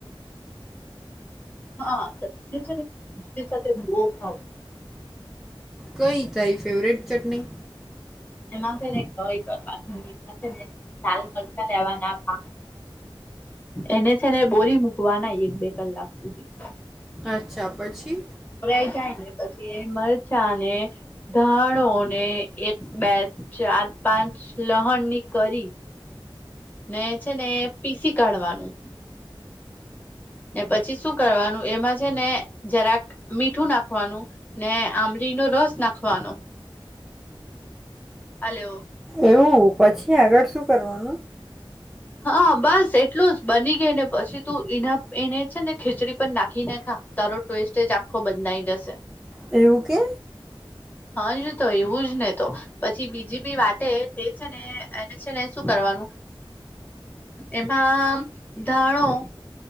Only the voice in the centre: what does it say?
કઈ તારી ફેવરેટ ચટણી?
અચ્છા પછી.
એવું? પછી આગળ શું કરવાનું?
એવું કે?